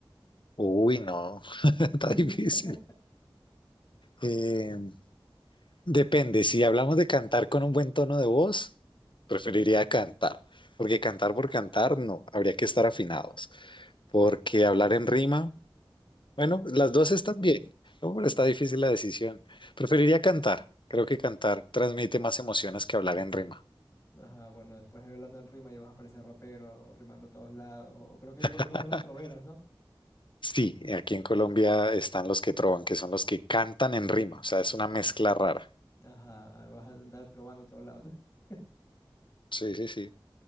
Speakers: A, on the left (about 60°); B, on the left (about 30°).
A: Uy, no, <laughs> está
B: <laughs>
A: difícil. Eh, depende, si hablamos de cantar con un buen tono de voz, preferiría cantar, porque cantar por cantar, no, habría que estar afinados. Porque hablar en rima, bueno, las dos están bien, ¿no? Pero está difícil la decisión. Preferiría cantar. Creo que cantar transmite más emociones que hablar en rima.
B: Ajá, bueno, después hablando en rima y vas a parecer rapero, rimando a todos lados. O creo que en Colombia
A: <laughs>
B: están los troveros, ¿no?
A: Sí, aquí en Colombia están los que trovan, que son los que cantan en rima. O sea, es una mezcla rara.
B: Ajá, vas a andar trovando a todos lados. <laughs>
A: Sí, sí, sí.